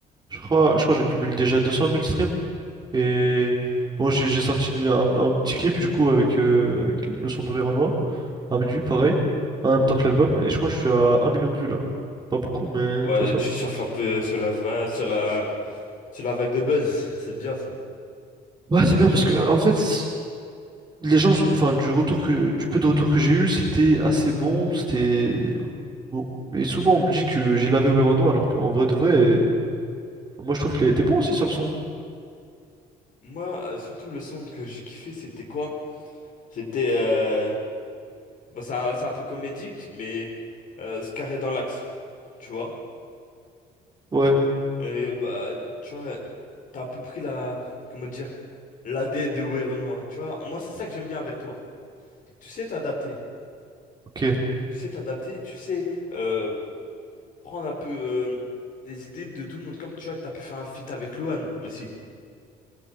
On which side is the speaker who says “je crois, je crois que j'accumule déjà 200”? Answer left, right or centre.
Right